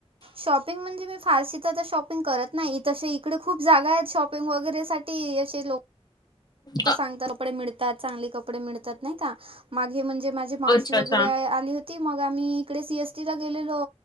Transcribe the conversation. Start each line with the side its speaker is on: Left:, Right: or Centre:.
Right: शॉपिंग म्हणजे मी फारशी तर शॉपिंग करत नाहीत. इकडे खूप जागा आहेत शॉपिंग वगैरे साठी असे लोक. लोक
Left: अ-
Right: सांगत कपडे मिळतात चांगले कपडे मिळतात नाही का. माग हे म्हणजे माझे मावशी
Left: अच्छा
Right: वगैरे
Left: अच्छा
Right: आली होती मग आम्ही इकडे सीएसटी. गेलेलो